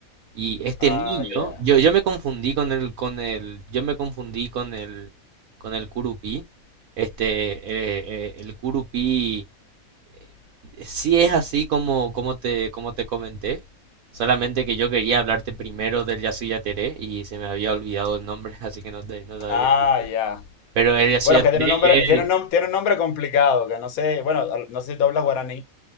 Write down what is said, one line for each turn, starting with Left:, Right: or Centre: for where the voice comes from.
Right: Y este
Left: Ah,
Right: niño,
Left: ya.
Right: yo, yo me confundí con el, con el, yo me confundí con el, con el curupí. Este, eh, eh, el curupí eh, sí es así como, como te, como te comenté. Solamente que yo quería hablarte primero del Yasuyateré y se me había olvidado el nombre, <laughs> así que no te, no te había
Left: Ah,
Right: dicho.
Left: ya.
Right: Pero el Yasuyateré
Left: Bueno, es que tiene un nombre,
Right: es,
Left: tiene un nom- tiene un nombre complicado, que no sé, bueno, al- no sé si tú hablas guaraní,